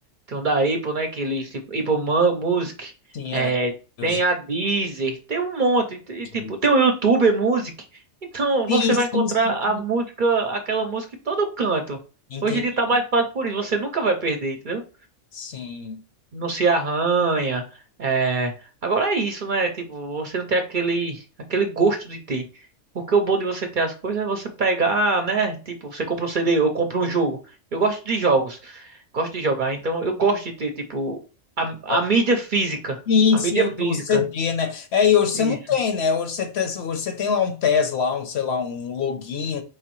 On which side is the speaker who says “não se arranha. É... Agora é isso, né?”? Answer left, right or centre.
Right